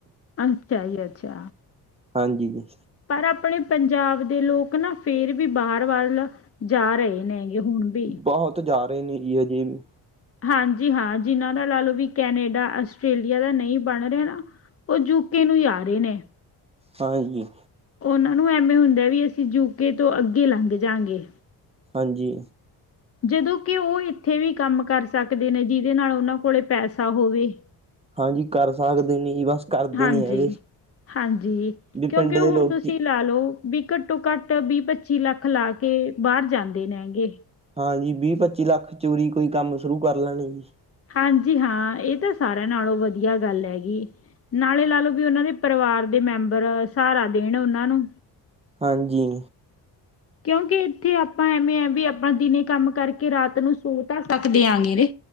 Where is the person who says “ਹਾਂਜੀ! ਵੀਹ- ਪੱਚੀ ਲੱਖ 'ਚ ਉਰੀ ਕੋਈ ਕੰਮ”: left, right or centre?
Right